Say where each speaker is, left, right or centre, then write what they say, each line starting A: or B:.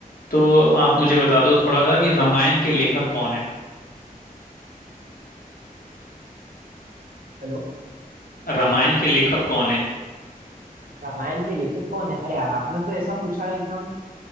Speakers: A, on the left; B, on the right.
A: तो आप मुझे बता दो थोड़ा सा कि रामायण के लेखक कौन है
B: हेलो
A: रामायण के लेखक कौन है
B: रामायण के लेखक कौन है अरे यार आपने तो ऐसा पूछा है एकदम